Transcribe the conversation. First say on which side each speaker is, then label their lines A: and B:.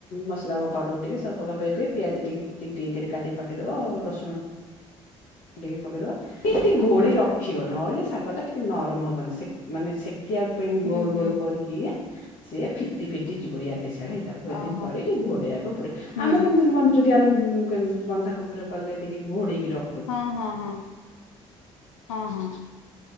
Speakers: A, on the left; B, on the left.
A: ମସଲା ପାଉଡ଼ର ଟିକେ ସ ପକ ପିଆଜ ଟି ଟିକି ଟିକି କରି କାଟିକି ପକେଇଦବା ଆଉ ରସୁଣ ଟିକେ ପକେଇଦବ ଟିକେ ଟିକେ ଘୋଡ଼ିଇ ରଖିବ ନହେଲେ ଶାଗଟା ଟିକେ ନରମ ହବନି ସେକ ମାନେ ସେକିବା ପାଇଁ
B: ହୁଁ
A: ଗୋଲ
B: ହୁଁ
A: ଗୋଲ କରିକି ସିଏ ଫିଟି ଫିଟି ଯିବ ୟାଡେ ସିଆଡ଼େ ହେଇ କୁ ଏତିକି
B: ଓହୋ
A: କରିକି ଘୋଡ଼େଇବାକୁ ପଡ଼େ,
B: ହୁଁ
A: ଆମେ
B: ହୁଁ।
A: କେମିତି ମଞ୍ଚୁରିଆନ୍ କରି ବନ୍ଧା କୁବିର କଲେ ଟିକେ ଘୋଡିକି ର
B: ହଁ ହଁ ହଁ ହଁ ହଁ।